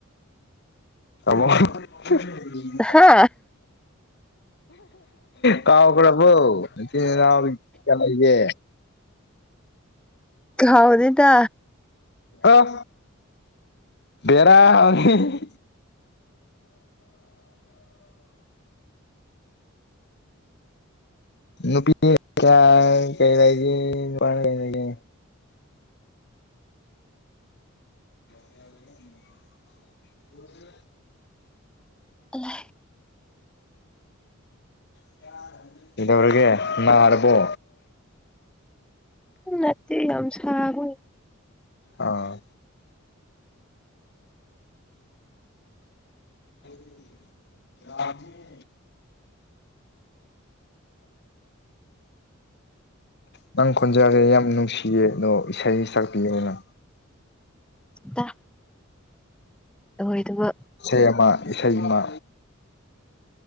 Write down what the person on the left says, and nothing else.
ꯇꯃꯣ ꯍꯨꯝ
ꯀꯥꯎꯒ꯭ꯔꯥꯕꯣ ꯅꯆꯤꯟ ꯅꯅꯥꯎ ꯀꯌꯥ ꯂꯩꯒꯦ
ꯑꯥ ꯀꯌꯥꯔ <unintelligible> ꯅꯨꯄꯤ ꯀꯌꯥ ꯀꯩ ꯂꯩꯏꯒꯦ ꯅꯨꯄꯅ ꯀꯩ ꯂꯩꯒꯦ <unintelligible> ꯍꯨꯋꯥꯑꯦ
<unintelligible> ꯀꯩꯗꯧꯔꯒꯦ ꯅꯥꯔꯕꯣ
ꯑꯥ <unintelligible> ꯅꯪ ꯈꯣꯟꯖꯦꯜꯁꯦ ꯌꯥꯝ ꯅꯨꯡꯁꯤꯌꯦ ꯑꯗꯣ ꯏꯁꯩ ꯁꯥꯛꯄꯤꯌꯨꯅ
ꯁꯦꯕ ꯏꯁꯩ ꯑꯃ